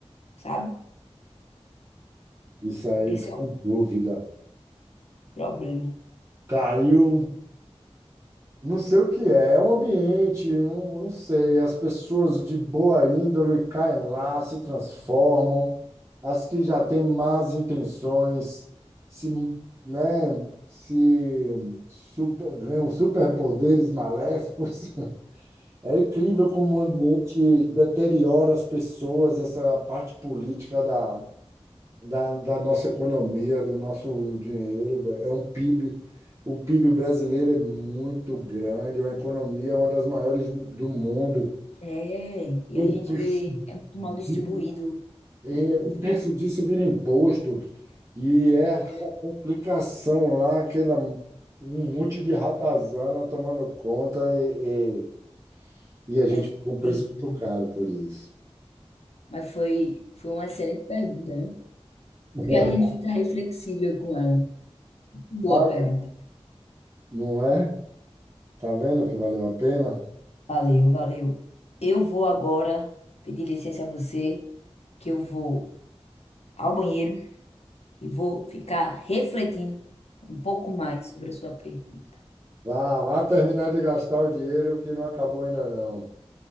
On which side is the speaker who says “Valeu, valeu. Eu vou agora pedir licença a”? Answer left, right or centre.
Left